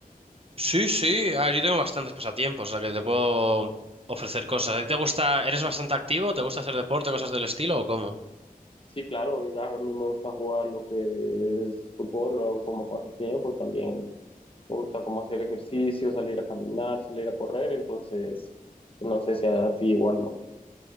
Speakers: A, on the right; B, on the left.
A: Sí, sí, ah, yo tengo bastantes pasatiempos, o sea que te puedo ofrecer cosas. ¿A ti te gusta, eres bastante activo? ¿Te gusta hacer deporte, cosas del estilo o cómo?
B: Sí, claro, y a mí me gusta jugar lo que es fútbol, lo hago como pasatiempo también. Me gusta como hacer ejercicio, salir a caminar, salir a correr, entonces no sé si a ti igual no.